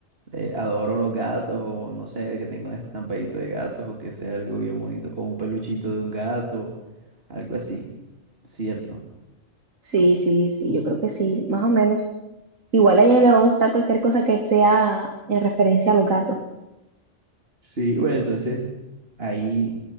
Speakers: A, on the right; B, on the right.
A: eh, adoro los gatos, o no sé, que tenga un estampadito de gatos, o que sea algo bien bonito, o un peluchito de un gato, algo así, ¿cierto?
B: Sí, sí, sí, yo creo que sí, más o menos. Igual a ella le va a gustar cualquier cosa que sea en referencia a los gatos.
A: Sí, bueno, entonces ahí